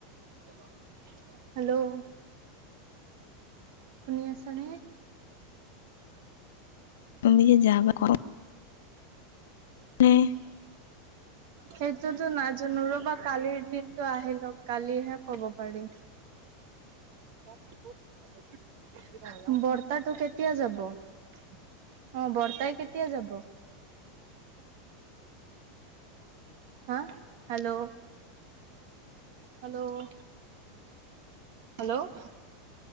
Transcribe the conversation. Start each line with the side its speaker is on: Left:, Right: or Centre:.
Right: ' হেল্ল' শুনি আছ নে
Left: তুমি। <unintelligible> মে
Right: সেইটোতো নাজানো ৰ'বা কালিৰ দিনটো আহি লওঁক কালিহে ক'ব পাৰিম। <inaudible> বৰ্তাটোটো কেতিয়া যাব অ বৰ্তাই কেতিয়া যাব হা, হেল্ল' হেল্ল', হেল্ল'